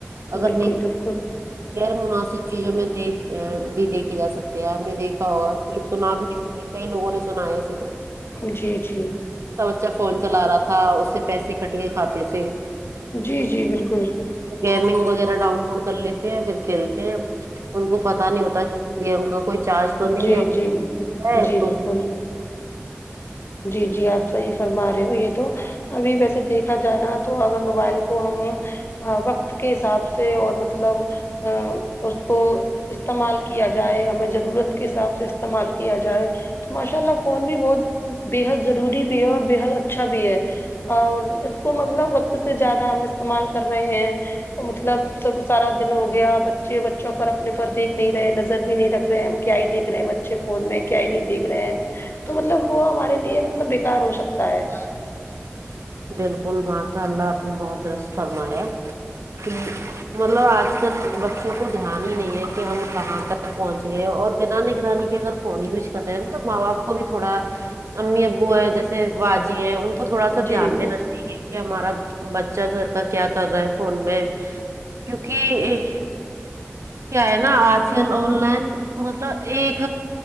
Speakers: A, on the right; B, on the left.
A: اگر
B: بالکل
A: غیر
B: بالکل
A: مناسب چیزوں میں دیکھ بھی دیکھے جا سکتے ہیں آپ نے دیکھا ہوگا سنا بھی آ کئی لوگوں نے سنا ایسے تو
B: جی
A: اس
B: جی
A: کا بچہ فون چلا رہا تھا اس سے پیسے کٹ کے کھاتے تھے
B: جی جی بالکل
A: گیمنگ وغیرہ ڈاؤن لوڈ کر لیتے ہیں پھر کھیلتے ہیں ان کو پتا نہیں ہوتا یہ ان کا کوئی چارج تو نہیں
B: جی
A: ہے
B: جی
A: اور
B: جی
A: تو
B: بالکل جی جی آپ صحیح فرما رہے ہو یہ تو ابھی ویسے دیکھا جائے نا تو اگر موبائل کو ہم ہاں وقت کے حساب سے اور مطلب اں اس کو استعمال کیا جائے ہمیں ضرورت کے حساب سے استعمال کیا جائے تو ماشاء اللہ فون بھی بہت بے حد ضروری بھی ہے اور بےحد اچھا بھی ہے اور اس کو مطلب وقت سے زیادہ ہم استعمال کر رہے ہیں مطلب سب سارا دن ہو گیا بچے بچوں پر اپنے پر دیکھ نہیں رہے ہیں نظر بھی نہیں رکھ رہے ہیں کیا ہی دیکھ رہے ہیں بچے فون میں کیا ہی نہیں دیکھ رہے ہیں تو مطلب وہ ہمارے لیے مطلب بےکار ہو سکتا ہے
A: بالکل ماشا اللہ آپ نے بہت د رس فرمایا کہ مطلب آج کل بچوں کو دھیان ہی نہیں ہے کہ ہم کہاں تک پہنچے اور بنا نگرانی کے اگر فون یوز کر رہے ہیں توب ماں باپ کو بھی تھوڑا امی ابو ہے جیسے باجی ہے ان کو تھوڑا تو دھیان
B: جی جی
A: دینا چاہیے کہ ہمارا بچہ گھر کا کیا کر رہا ہے فون میں کیونکی کیا ہے نا آج کل آن لائن مطلب ایک